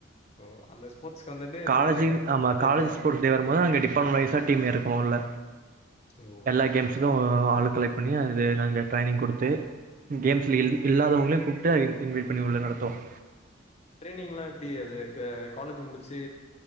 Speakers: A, on the left (about 30°); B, on the right (about 40°).
A: ஓ அந்த ஸ்போர்ட்ஸ் வந்துட்டு
B: காலேஜுக்குன்
A: நீங்க
B: ஆமா காலேஜ்
A: ஹெட்டா
B: ஸ்போர்ட்ஸ் வரும்போது அங்க டிபார்ட்மெண்ட் வைஸா டீம் எறக்குவோம்ல
A: ஓ
B: எல்லா கேம்ஸுக்கும் ஆள கலெக்ட் பண்ணி அது நாங்க ட்ரைனிங் குடுத்து கேம்ஸ்ல இல் இல்லாதவங்களையும் கூப்ட்டு இன் இன்வைட் பண்ணி உள்ள நடத்துவோம்
A: ட்ரெய்னிங்லாம் எப்படி அது காலேஜ் முடிச்சு